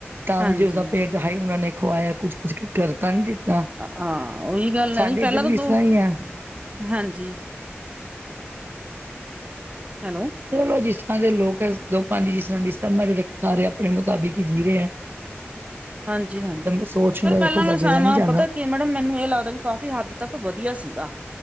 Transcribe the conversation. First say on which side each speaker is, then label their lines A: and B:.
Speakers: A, on the right; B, on the right.
A: ਤਾਂ
B: ਹਾਂਜੀ
A: ਵੀ ਜੇ ਉਸਦਾ ਪੇਟ ਰਿਹਾਈ ਉਨਾਂ ਨੇ ਖਵਾਇਆ ਕੁੱਛ-ਕੁੱਛ ਕਰਤਾ ਨੀ ਦਿੱਤਾ।
B: ਹਾਂ ਉਹੀ ਗੱਲ ਹੈ
A: ਸਾਡੇ
B: ਜੀ ਪਹਿਲਾਂ
A: ਇੱਧਰ
B: ਤਾਂ
A: ਵੀ
B: ਦੋ
A: ਇਸ ਤਰ੍ਹਾਂ ਹੀ ਆ।
B: ਹਾਂਜੀ। ਹੈਲੋ।
A: ਚਲੋ ਜਿਸ ਤਰ੍ਹਾਂ ਦੇ ਲੋਕ ਦੋ ਪੰਜ ਜਿਸ ਤਰ੍ਹਾਂ ਦੀ ਸਮਝ ਸਾਰੇ ਆਪਣੇ ਮੁਤਾਬਿਕ ਹੀ ਜੀ ਰਹੇ ਹੈ।
B: ਹਾਂਜੀ ਹਾਂਜੀ
A: ਸੋਚ
B: ਪਰ
A: ਦਾ ਦੇਖੋ
B: ਪਹਿਲਾਂ
A: ਬਦਲਦਾ ਨੀ ਜਾਂਦਾ
B: ਪਤਾ ਕੀ ਮੈਡਮ ਮੈਨੂੰ ਇਹ ਲੱਗਦਾ ਕਾਫ਼ੀ ਹੱਦ ਤੱਕ ਵਧੀਆ ਸੀਗਾ।